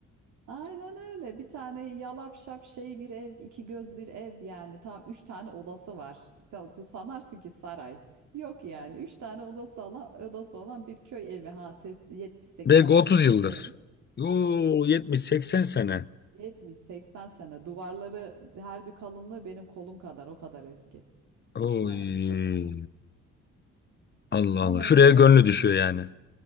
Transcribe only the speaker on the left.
Belki
30 yıldır.
Yo 70-80 sene.
Oy.
Allah
Allah. Şuraya
gönlü düşüyor yani.